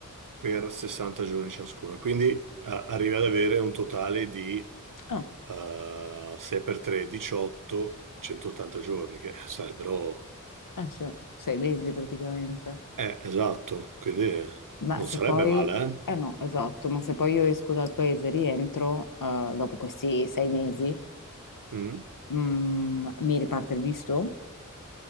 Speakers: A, on the right; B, on the left.
A: per 60 giorni ciascuno. Quindi eh, arrivi ad avere un totale di
B: Ah,
A: eh, 6 per 3, 18, 180 giorni, che sarebbero...
B: eh sì, sei mesi praticamente.
A: Eh, esatto, quindi
B: Ma
A: non
B: se
A: sarebbe
B: poi,
A: male, eh?
B: eh no, esatto, ma se poi io esco dal paese e rientro, eh, dopo questi sei mesi,
A: Mm.
B: mm, mi riparte il visto?